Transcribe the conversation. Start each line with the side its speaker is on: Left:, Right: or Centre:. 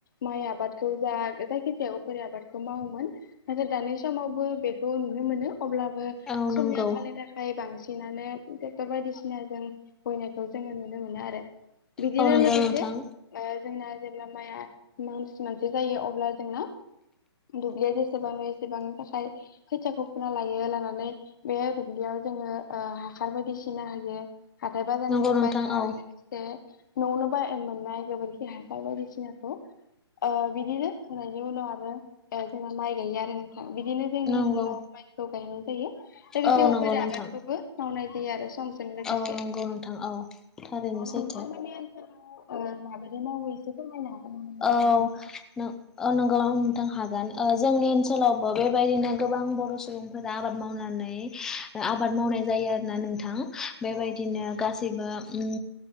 Left: माइ आ आबादखौ जा जायखि जाया आबादखौ मावोमोन नाथाय दानि समावबो बेखौ नुनो मोनो अब्लाबो
Centre: औ नंगौ
Left: समनि आंखालनि थाखाय बांसिन नानो ट्रेक्टर बायदिसिना जों बयनायखौ जोङो नुनो मोनो आरो बिदिनो
Centre: औ नंगौ
Left: लोगोसे
Centre: नोंथां
Left: जोंना जेब्ला माइया मास मोनसे जायो अब्ला जोंना दुब्लिया जेसेबां एसेबांनि थाखाय खोथियाखौ फुना लायो लानानै बे दुब्लियाव जोङो हासार बायदिसिना होयो हाथाय बाजारनिबो
Centre: नंगौ नोंथां
Left: बायना
Centre: औ
Left: लाबोनाय लोगोसे न'आवनो ब मोननाय गोबोरखि हासार बायदिसिनाखौ अ बिदिनो होनायनि उनाव आरो जोंना माइ गायो आरो नोंथां बिदिनो जोंनि
Centre: नंगौ
Left: ओनसोलाव माइखौ गायनाय जायो। लोगोसे
Centre: औ
Left: उफ्रा
Centre: नंगौ नोंथां
Left: आबादखौबो मावनाय जायो आरो सम जों लोगोसे।
Centre: औ नंगौ नोंथां औ थारैनो
Left: <unintelligible>
Centre: सैथो
Left: नामा नोंथाङा
Centre: औ
Left: आबादनि सायाव
Centre: न-नंगौ नोंथां हागोन ओ जोंनि ओनसोलावबो बे बेबायदिनो गोबां बर' सुबुंफोरा आबाद मावनानै आबाद मावनाय जायो आरोना नोंथां। बेबायदिनो
Left: औ
Centre: गासैबो उम